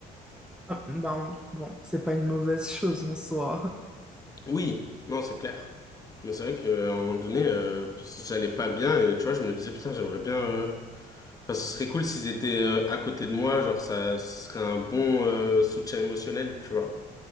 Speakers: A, in the centre; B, on the left.
A: Ah, bah, on- bon, c'est pas une mauvaise chose en soi.
B: Oui, non, c'est clair. Mais c'est vrai qu'à un moment donné, euh, parce que j'allais pas bien et tu vois, je me disais, putain, j'aimerais bien... euh, Enfin, ce serait cool s'ils étaient euh, à côté de moi, genre ça ce serait un bon euh, soutien émotionnel, tu vois.